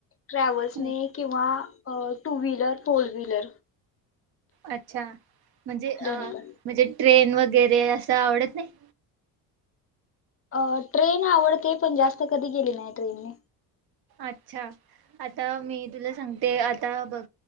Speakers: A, on the left; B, on the right.
A: ट्रॅव्हल्सने
B: हम्म.
A: किंवा अ टू व्हीलर, फोर व्हीलर.
B: अच्छा म्हणजे अ
A: दोन्ही पण
B: म्हणजे ट्रेन वगैरे असं आवडत नाही.
A: अ ट्रेन आवडते पण जास्त कधी गेली नाही ट्रेनने.
B: अच्छा आता मी तुला सांगते. ता बघ